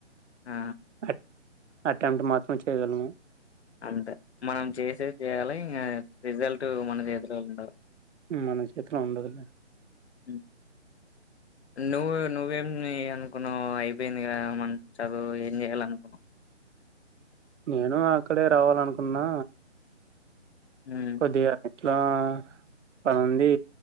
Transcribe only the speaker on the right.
ఆ అటెంప్ట్ మాత్రం చేయగలము
మన చేతిలో ఉండదులే
నేను అక్కడే రావాలనుకున్నా
కొద్దిగా ఇట్లా పని ఉంది